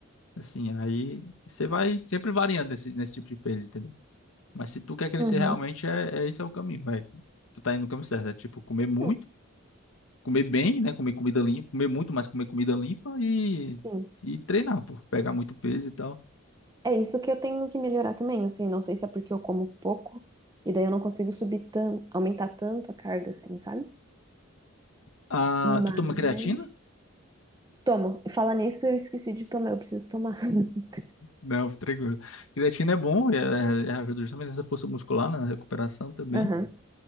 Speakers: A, on the left; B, on the right.
A: assim, aí você vai sempre variando nesse, nesse tipo de peso, entendeu? Mas se tu quer crescer
B: Uhum.
A: realmente, é, é esse é o caminho, vai. Tu tá indo no caminho certo, é tipo comer muito,
B: É,
A: comer bem, né? Comer comida limpa, comer muito, mas comer comida limpa e,
B: sim.
A: e treinar, pô, pegar muito peso e tal.
B: É isso que eu tenho que melhorar também, assim, não sei se é porque eu como pouco e daí eu não consigo subir tanto, aumentar tanto a carga, assim, sabe?
A: Ah,
B: Mas
A: tu toma creatina?
B: tomo. Falar nisso, eu esqueci de tomar, eu preciso tomar. <laughs>
A: Não, fica tranquilo. Creatina é bom, é- é- ajuda justamente nessa força muscular, né, na recuperação também.
B: Aham.